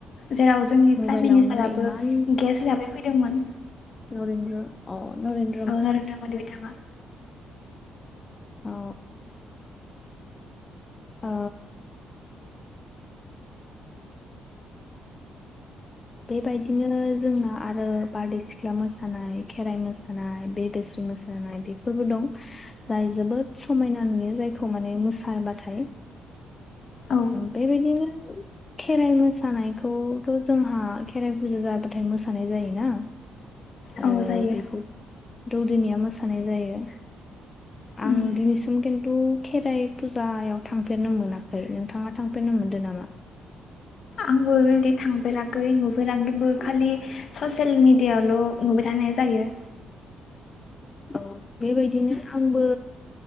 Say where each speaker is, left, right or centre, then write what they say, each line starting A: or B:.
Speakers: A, on the left (about 60°); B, on the left (about 25°).
A: जेराव जोंनि
B: मबाइलावनो
A: प्राइम मिनिस्टाराबो
B: इमान
A: गेस्ट हिसाबै फैदोंमोन
B: नरेनद्र अ नरेन
A: औ नरेन्द्र मदि बिथाङा
B: औ ओ बेबायदिनो जोंना आरो बारदै सिख्ला मोसानाय खेराइ मो मोसानाय बे दोस्रि मोसानाय बेफोरबो दं जाय जोबोद समायना नुयो जायखौ माने मोसाब्लाथाय
A: औ
B: बेबायदिनो खेराइ मोसानायखौथ' जोंहा खेराइ फुजा जाबाथाय मोसानाय जायोना आरो
A: औ जायो
B: बेखौ दौदिनिया मोसानाय जायो आं
A: उम
B: दिनैसिम खिन्थु खेराइ फुजायाव थांफेरनो मोना नोंथाङा थांफेरनो मोनदों नामा
A: आंबो बेओरैबायदि थांफेराखै नुफेराखैबो खालि ससियेल मेडियाायावल' नुबाय थानाय जायो
B: औ बेबायदिनो आंबो